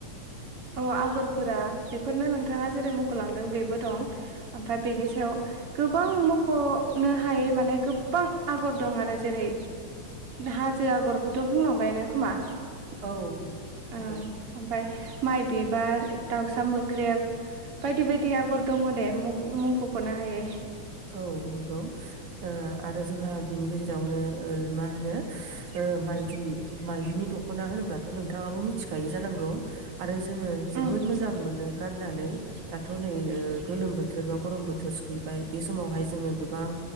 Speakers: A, on the right; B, on the right.
A: अ आगरफोरा बे फोरनो नोंथाङा जेरै मखलांदों बेबो दं ओमफ्राय बेनि सायाव गोबां मख नो हायै माने गोब्बां आगर दं आरो जेरै हाजो आगरखौथ' बुंलांबायानो खोमा?
B: औ नंगौ बुंबाय
A: औ ओमफ्राय माइ बिबार दाउसा मोख्रेब बायदि बायदि आगर दङ दे मुंखौखौनो हायै
B: औ नंगौ ओ आरो जोंहा बिनि गेजेर जावनो ओ मा होनो ओ माइदि मायदिनि दखना होनोब्लाथ नोंथाङाबो मि थिखायो जानांगौ आरो जोङो जोबोद
A: उम
B: मोजां
A: सैथो
B: मोनो गाननानै। नै दाथ' नै ओ गोलोम बोथोर बा गरम बोथोर सफैबाय। बे समावहाय जोङो गोबां